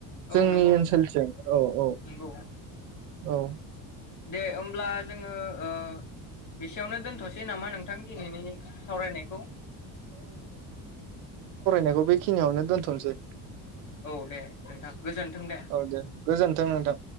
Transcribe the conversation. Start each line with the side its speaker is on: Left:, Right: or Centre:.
Left: औ
Right: जोंनि
Left: नंगौ नोंथां
Right: ओनसोलथिं औ। औ
Left: नंगौ
Right: औ।
Left: दे ओमब्ला जोङो ओ बिसेयावनो दोनथ'सै नामा नोंथां? दिनैनि सावरायनायखौ।
Right: नायखौ बेखिनियावनो दोनथ'नोसै
Left: औ दे नोंथां गोजोन्थों
Right: औ दे गोजोनथों नोंथां।